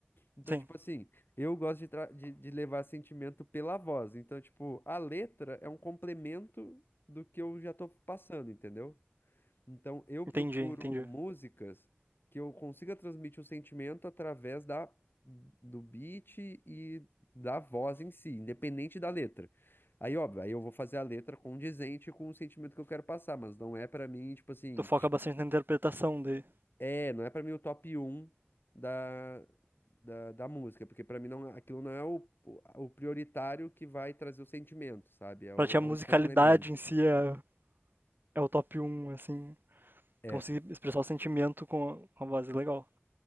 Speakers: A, on the left (about 55°); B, on the right (about 55°).
A: Então,
B: Sim,
A: tipo assim, eu gosto de, tra- de, de levar sentimento pela voz. Então, tipo, a letra é um complemento do que eu já tô passando, entendeu? Então, eu procuro
B: entendi, entendi.
A: músicas que eu consiga transmitir o sentimento através da, do beat e da voz em si, independente da letra. Aí, óbvio, aí eu vou fazer a letra condizente com o sentimento que eu quero passar, mas não é pra mim, tipo assim,
B: Tu foca bastante na interpretação de.
A: é, não é pra mim o top um da, da, da música, porque pra mim não, aquilo não é o, o prioritário que vai trazer o sentimento, sabe? É, o-
B: Pra ti a
A: é
B: musicalidade
A: um complemento.
B: em si é, é o top um assim.
A: É.
B: Tu conseguir expressar o sentimento com a, com a voz é legal.